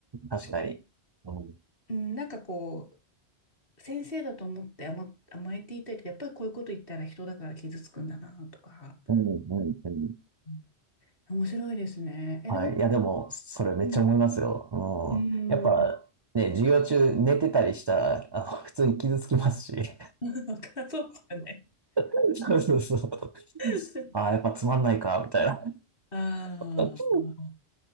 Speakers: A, on the right (about 45°); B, on the left (about 55°).
A: 確かに。うん。
B: んなんかこう、先生だと思って甘、甘えていたり、やっぱりこういうこと言ったら人だから傷つくんだなとか、
A: うん、うん、うん。
B: うん面白いですね。え、
A: はい。
B: でも、
A: いや、でも、それめっちゃ思いますよ。
B: うん、うん
A: うん。やっぱ、ね、授業中寝てたりしたら、あの、普通に傷つきますし。
B: <laughs> わかんそうですよね。
A: <laughs> そうそうそう。<laughs>
B: <laughs>
A: ああ、やっぱつまんないか、みたいな。
B: ああ、
A: <laughs>